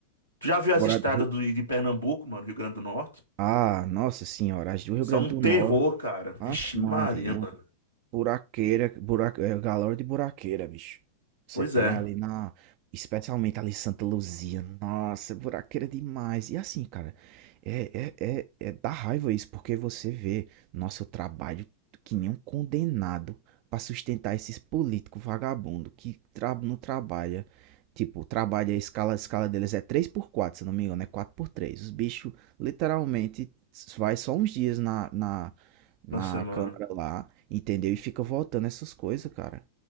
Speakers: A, on the right; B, on the right.
A: Tu já viu as
B: Agora,
A: estradas
B: do Rio-
A: do, de Pernambuco, mano, Rio Grande do Norte?
B: ah, nossa senhora, as do Rio
A: São
B: Grande
A: um
B: do
A: terror,
B: Norte.
A: cara. Vixe
B: Aff,
A: Maria,
B: Maria.
A: mano.
B: Buraqueira, buraque, é, galera de buraqueira, bicho. Você
A: Pois
B: tem
A: é.
B: ali na. Especialmente ali em Santa Luzia. Nossa, buraqueira demais. E assim, cara, é, é, é, é- dá raiva isso, porque você vê, nossa, eu trabalho que nem um condenado pra sustentar esses políticos vagabundo que tra não trabalha. Tipo, trabalha a escala, a escala deles é três por quatro se não me engano, é quatro por três Os bichos literalmente vai só uns dias na, na, na
A: Nossa, mano.
B: câmara lá, entendeu? E fica votando essas coisas, cara.